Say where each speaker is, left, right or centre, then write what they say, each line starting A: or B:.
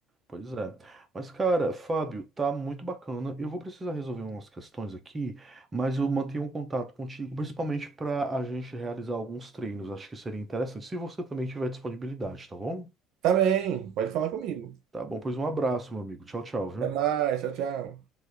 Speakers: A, on the right; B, on the right.
A: Pois é. Mas, cara, Fábio, tá muito bacana. Eu vou precisar resolver umas questões aqui, mas eu mantenho um contato contigo, principalmente para a gente realizar alguns treinos. Acho que seria interessante, se você também tiver disponibilidade, tá bom?
B: Tá bem. Pode falar comigo.
A: Tá bom, pois um abraço, meu amigo. Tchau, tchau, viu?
B: Até mais. Tchau, tchau.